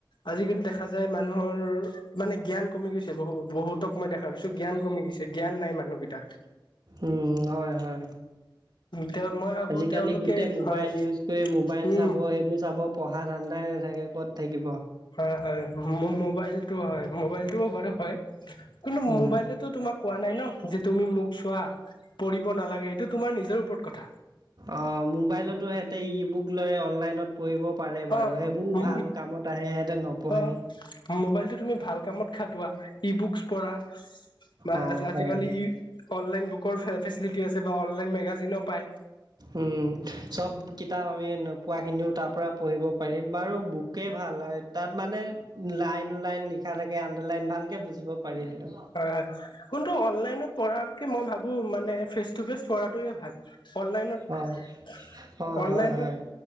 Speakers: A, on the left; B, on the right.
A: আজিকালি দেখা যায় মানুহৰ মানে জ্ঞান কমি গৈছে, বহু-বহুতক মই দেখা পাইছো জ্ঞান কমি গৈ গৈছে, জ্ঞান নাই মানুহকেইটাৰ।
B: উম, হয় হয়।
A: তেওঁ মই ভাবো
B: আজিকালি
A: তেওঁলোকে
B: গোটেই মোবাইল
A: হয়
B: ইউজ কৰি মোবাইল
A: উম
B: চাব, সেইবোৰ চাব, পঢ়া ধান্দাই নাথাকে, ক'ত থাকি
A: হয় হয়, মো-মোবাইলটো হয়, মোবাইলটোও বাৰু হয়। কিন্তু
B: উম
A: মোবাইলটোৱেতো তোমাক কোৱা নাই ন, যে তুমি মোক চোৱা। পঢ়িব নালাগে, এইটো তোমাৰ নিজৰ ওপৰত কথা।
B: অ', মোবাইলতো সিহঁতে ই বুক লৈ অনলাইনত পঢ়িব পাৰে বাৰু,
A: অ
B: সেইবোৰ
A: উ
B: ভাল কামত আহে, সিহঁতে নপঢ়েই।
A: অ মোবাইলটো তুমি ভাল কামত খাটোৱা ই বুকচ পঢ়া, বা
B: অ
A: আজি-আজিকালি
B: হয়
A: ই অনলাইন বুকৰ ফেচ-ফেচিলিটী টি আছে, বা অনলাইন মেগাজিনো পায়।
B: উম, চব কিতাপ আমি নোপোৱাখিনিও তাৰ পৰা পঢ়িব পাৰি, বাৰু বুকে ভাল হয়, তাত মানে লাইন লাইন লিখা থাকে, আন্দাৰ লাইন ভালকে বুজিব পাৰি হ'লেও
A: হয় হয়, কোনটো অনলাইনত পঢ়াতকৈ মই ভাবো মানে ফেচ টো ফেচ পঢ়াটোৱেই ভাল, অনলাইনত-অনলাইনত
B: অ অ হয় হয়